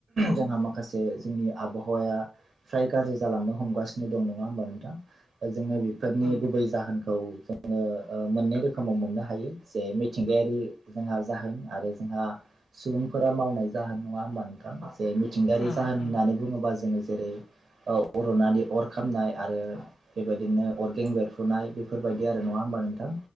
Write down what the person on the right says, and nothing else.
जोंहा माखासे जोंनि आबहावाया फ्राय गाज्रि जालांनो हमगासिनो दं नङा होमबा नोंथां। जोङो बेफोरनि
गुबै जाहोनखौ ओ जोङो मोननै रोखोमाव मोननो हायो जे मिथिंगायारि जोंहा जाहोन आरो जोंहा सुबुंफोरा मावनाय जाहोन नङा होमबा नोंथांसे मिथिंगायारि
जाहोन
होननानै बुङोबा जोङो जेरै अ रुनानै अर खामनाय आरो बेबायदिनो अर गें बेरफुनाय बेफोरबायदि आरो नङा हबा नोंथां